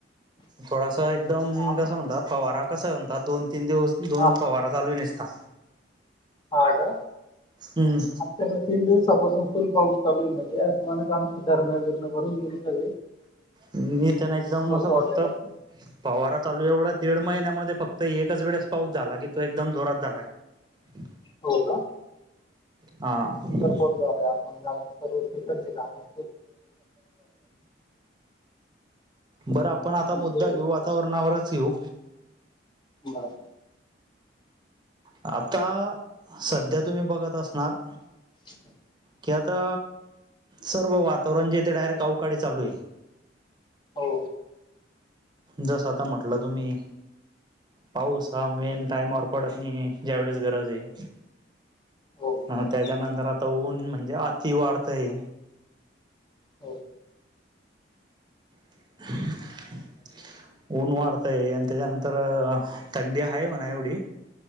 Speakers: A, on the right; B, on the left.
A: थोडांसा एकदंम
B: हा
A: कसं म्हणतं पवांरा कसां म्हणतांत दोन तीनं दिवसं दोन
B: हा
A: पवांरा चालूं नीसतां
B: हां नं
A: हम्मं
B: आमच्यांकडे तीनं दिवसांपासून फुलं पाऊस चालूं आहे म्हणजे असं मणं आमचं धर्ण विहीरी भरूंन गेली सगळीं
A: मी त्यांना एकदंम असं
B: सोडलेला
A: फक्तं
B: आहे.
A: पवारां चालूं आहे एवढां दीड महिन्यांत मध्ये फक्तं एकचं वेळेस पाऊस झालां की तो एकदंम जोरांत झालायं की
B: हो का
A: हां.
B: ब आपणंल सर्विक कामं.
A: बरं आपणं आंता
B: आणि शेती
A: मुद्दा घेऊ वातांवरणांवरचं येऊ.
B: बरं.
A: आंता संध्या तुम्हीं बघतं असणारं
B: <unintelligible>
A: की आंता सर्व वातांवरण जे ते डायरेक्ट अवकाडे चालूं आहे
B: हो
A: जसं आंता म्हटलं तुम्हीं पाऊस हां मेनं टाईमांवर पडतं नाहीं ज्यां वेळेस गरजं आहे
B: हो बरोबर
A: हं त्यांच्यानंतर आंता ऊंन म्हणजे अति वाढतंय
B: हो
A: <unintelligible> ऊंन वाढतंय आणि त्यांच्यानंतर थंडी आहे म्हणां एवढी